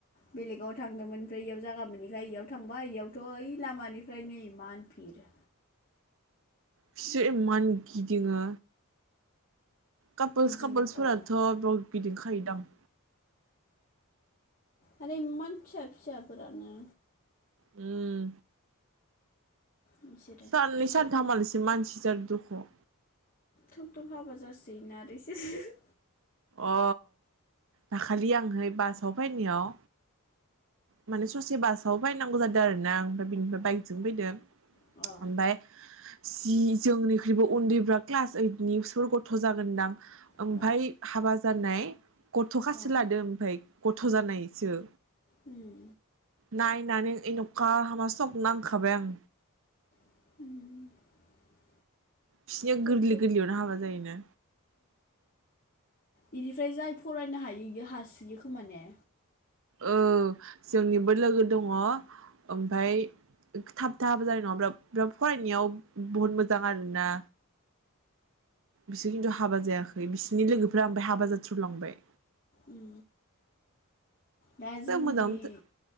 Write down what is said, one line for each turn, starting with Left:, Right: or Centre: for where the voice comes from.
Left: बेलेगाव थांदोंमोन ओमफ्राय इयाव जागा मोनिखाय इयाव थांबाय इयावथ ओइ लामानिफ्रायनो इमान भिर
Right: फिसोर इमान गिदिङो कापोल्स
Left: गिदिङो
Right: कापोल्सफोराथ
Left: अ
Right: ब गिदिं सैदाम
Left: आरो इमान फिसा फिसाफोरानो
Right: उम
Left: बिसोरो
Right: साननै
Left: थब थब
Right: सानथाम मालिसिम मानसि जार दुख <unintelligible>
Left: थब थब हाबा जासोन आरो इसोर
Right: अ दाखालि आंहै बासाव फैनायाव माने ससे बासाव फायनांगौ जादों आरोना ओमफ्राय बिनिफ्राय बाइकजों फैदों
Left: अ अ
Right: ओमफाय जि जोंनिख्रुइबो उन्दैब्रा क्लास ओइदनिसो गथ जागोनदां ओमफाय
Left: अ
Right: हाबा जानाय गथ खासस
Left: अ
Right: लादो ओमफाय गथ थ जानायसो
Left: उम
Right: नायनानै एनखा हामा सख नांखाबाय आं
Left: उम
Right: बिसोरनिया
Left: थब
Right: गोरलै
Left: थब
Right: गोरलैयावनो हाबा जायोना
Left: बेनिफ्राय जाय फरायनो हायो इयो हासोयो खोमान ने
Right: औ जोंनिबो लोगो दंङ ओमफाय थाब थाब जानाय नङाब्रा फ्राय फरायनायाव बहुद मोजां आरोना बिसोर खिन्थु हाबा जायाखै बिसोरनि लोगोफ्रा ओमफ्राय हाबा जाजोबलांबाय
Left: उम दा जोंनि
Right: जों मोजां ओ